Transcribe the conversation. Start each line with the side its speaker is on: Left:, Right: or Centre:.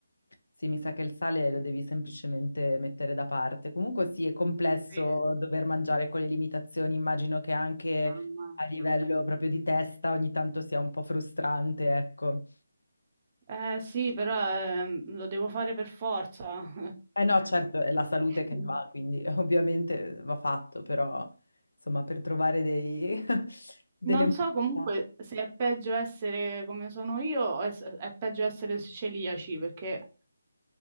Left: sì, mi sa che il sale lo devi semplicemente mettere da parte. Comunque sì, è complesso
Right: Sì.
Left: dover mangiare con le limitazioni, immagino che anche
Right: Mamma
Left: a livello
Right: mia.
Left: proprio di testa ogni tanto sia un po' frustrante, ecco.
Right: Eh sì, però ehm, lo devo fare per forza.
Left: Eh no, certo, è la salute
Right: <laughs>
Left: che ne va, quindi <laughs> ovviamente va fatto, però insomma, per trovare dei, <laughs> delle
Right: Non so comunque
Left: modalità.
Right: se è peggio essere come sono io o è, è peggio essere celiaci, perché...